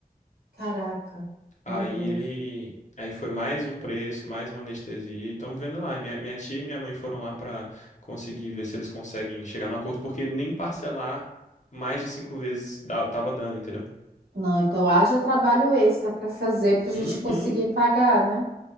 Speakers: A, on the right; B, on the left.
A: Caraca,
B: Aí
A: meu Deus.
B: ele. Aí foi mais um preço, mais uma anestesia. E estamos vendo lá. Minha, minha tia e minha mãe foram lá pra conseguir ver se eles conseguem chegar no acordo, porque nem parcelar mais de cinco vezes dá- tava dando, entendeu?
A: Não, então haja trabalho extra para fazer para a gente
B: Uhum.
A: conseguir pagar, né?